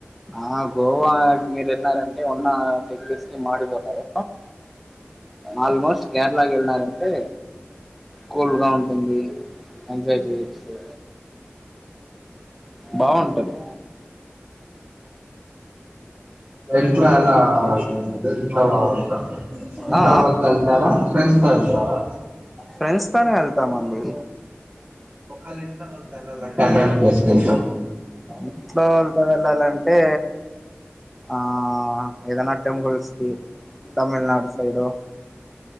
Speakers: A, in the centre; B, on the right (about 30°).
A: ఆ గోవా మీరు వెళ్ళినారంటే ఉన్న డిగ్రీస్ కి మాడిపోతారు. ఆల్మోస్ట్ కేరళ కి వెళ్లినారంటే కూల్ గా ఉంటుంది. ఎంజాయ్ చేయొచ్చు. బావుంటది
B: ఇంట్లో లా ఇంట్లో వాళ్ళతో ఇంట్లో
A: ఆ
B: వాళ్ళతో వెళ్తారా, ఫ్రెండ్స్ తో వెల్ తారా
A: ఫ్రెండ్స్ తోనే వెళ్ళ్తామ్ అండి
B: ఒకళ్ళ ఇంట్లా వాళ్ళతో ఎల్లాలి అంటే అలాంటి ప్లేస్ కి వెళ్తాం
A: ఇంట్లో వాళ్ళతో వెళ్ళాలి అంటే ఆ ఏదన్నా టెంపుల్స్ కి తమిళనాడు సైడు